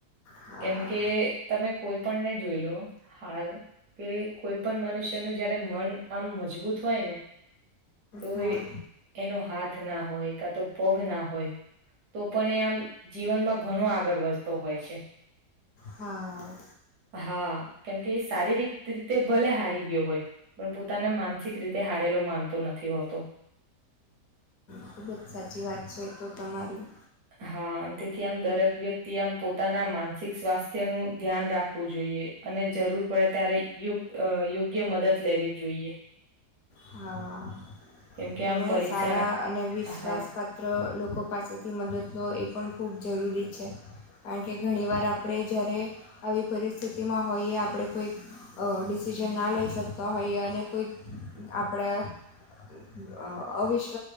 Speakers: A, on the left; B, on the right.
A: હા
B: કેમ કે, તમે કોઈ ને જો લો હાલ, કે કોઈ પણ મનુષ્ય ન જયારે મન આમ મજબૂત. હોય, ને તો
A: હા
B: એ એનો હાથ. હાથ ના હોય કા તો પગ ના હોય તો પણ એ આમ જીવનમાં ઘણો આગળ વધતો હોય છે.
A: હા.
B: હા કેમકે શારીરિક રીતે ભલે હારી ગયો હોય, પણ પોતાના માન સીક રીતે હારેલો માનતો નથી હોતો.
A: ખૂબ જ સાચી વાત છે તો તમારી
B: હા અને તેથી આમ દરેક વ્યક્તિ આમ પોતાના માનસિક સ્વાસ્થ્ય નું ધ્યાન રાખવું જોઈએ. અને જરૂર પડે ત્યારે યો યોગ્ય મદદ લેવી જોઈએ.
A: હા.
B: કેમકે
A: તમે
B: આમ પરીક્ષા
A: સારા અને વિશ્વાસપાત્ર
B: હા
A: લોકો પાસેથી મદદ તો એ પણ ખૂબ જરૂરી છે. કારણ કે ઘણી વાર આપણે જ્યારે આવી પરિસ્થિતિમાં હોઈએ આપણે કોઈક ડિ ડિસિઝન ના લઈ શકતા હોઈએ અને કોઈક આપણા અ એ એવીઇશ્ક